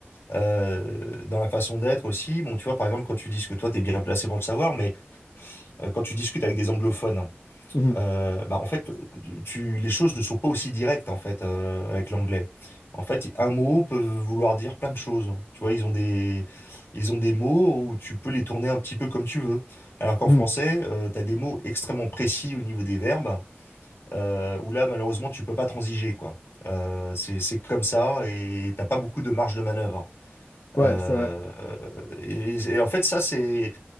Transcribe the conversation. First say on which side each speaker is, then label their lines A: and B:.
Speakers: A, on the left; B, on the left.
A: euh, dans la façon d'être aussi. Bon, tu vois, par exemple, quand tu dis que toi, t'es bien placé pour le savoir, mais euh, quand tu discutes avec des anglophones,
B: mhm,
A: Euh, bah en fait, tu, les choses ne sont pas aussi directes en fait euh, avec l'anglais. En fait, un mot peut vouloir dire plein de choses. Tu vois, ils ont des, ils ont des mots où tu peux les tourner un petit peu comme tu veux. Alors qu'en
B: mhm.
A: français, tu as des mots extrêmement précis au niveau des verbes, euh, où là, malheureusement, tu peux pas transiger, quoi. Euh, c'est, c'est comme ça et t'as pas beaucoup de marge de manœuvre.
B: Ouais,
A: Euh,
B: c'est vrai.
A: et, et en fait, ça, c'est